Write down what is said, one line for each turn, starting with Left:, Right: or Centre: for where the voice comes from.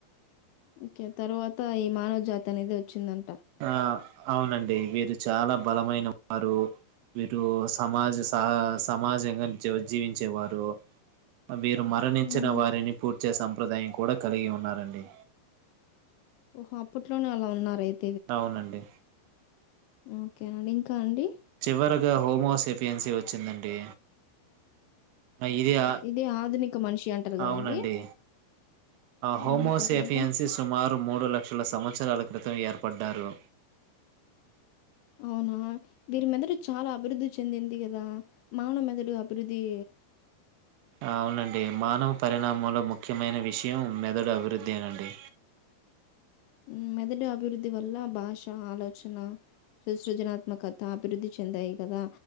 Left: ఓకే తర్వాత ఈ మానవ జాతి అనేది వచ్చిందను
Right: ఆ అవునండి వీరు చ చాలా బలమైన వారు వీరు సమాజ సహ సమాజంగా జీవించేవారు వీరు మరణించిన
Left: మ్మ్.
Right: వారిని పుట్ చేసే సంప్రదాయం కూడా కలిగి ఉన్నారండి
Left: ఓహో అప్పట్లోనే అలా ఉన్నారయితే
Right: అవునండి
Left: ఓకే అండి ఇంకా అండి
Right: చివరగా హోమోసెపియన్సీ వచ్చిందండి ఇది ఆ
Left: ఇదే ఆధునిక మనిషి అంటారు కదండి
Right: అవునండి హోమోసెఫియన్సీ
Left: మ్మ్. తర్వాత
Right: సుమారు మూడు లక్షల సంవత్సరాల క్రితం ఏర్పడ్డారు
Left: అవునా వీరిమెదడు చాలా అభివృద్ధి చెందింది కదా మానవ మెదడు అభివృద్ధి
Right: అవునండి మానవ పరిణామంలో ముఖ్యమైన విషయం మెదడు అభివృద్దెనండి
Left: హు మెదటి అభివృద్ధి వల్ల భాష ఆలోచన స సృజనాత్మకత అభివృద్ధి చెందాయి కదా